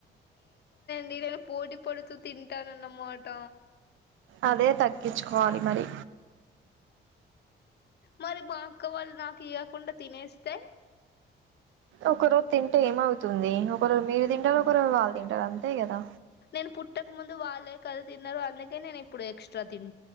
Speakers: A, on the left (about 55°); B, on the right (about 75°).
A: మీరేదో పోటీ పడుతూ తింటానన్నమాట
B: అదే తగ్గిచుకోవాలి మరి
A: మరి మా అక్క వాళ్ నాక్ కియకుండా తినేస్తే
B: ఒక రోక్‌ తింటే ఏమౌతుంది ఒక రోజు మీరు తింటారు ఒక రోజు వాళ్ళు తింటారు అంతే కదా
A: నేను పుట్టక ముందు వాళ్ళే కద తిన్నరు అందుకే నేను ఇప్పుడు ఎక్స్ట్రా తిం